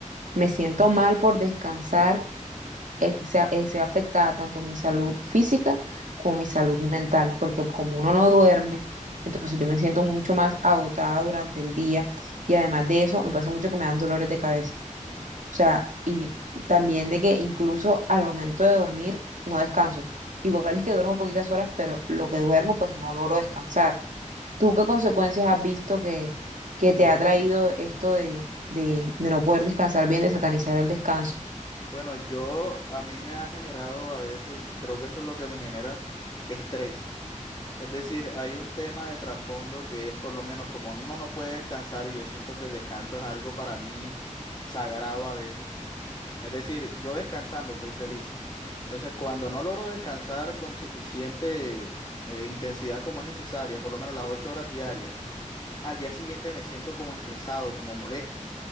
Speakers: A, on the right; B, on the left.
A: me siento mal por descansar, eh, se eh, se afecta tanto mi salud física como mi salud mental, porque como uno no duerme, entonces yo me siento mucho más agotada durante el día y además de eso me pasa mucho que me dan dolores de cabeza. O sea, y también de que incluso al momento de dormir no descanso. Igual es que duermo poquitas horas, pero lo que duermo pues no logro descansar. ¿Tú qué consecuencias has visto que, que
B: Yo,
A: te ha traído esto de, de, de, no poder descansar bien, de satanizar el descanso?
B: bueno, yo a mí me ha generado a veces, creo que eso es lo que me genera estrés. Es decir, hay un tema de trasfondo que es por lo menos como uno no puede descansar y yo siento que el descanso es algo para mí sagrado a veces Es decir, yo descansando soy feliz. Entonces, cuando no logro descansar con suficiente eh, intensidad como es necesaria, por lo menos las ocho horas diarias, al día siguiente me siento como estresado, como molesto.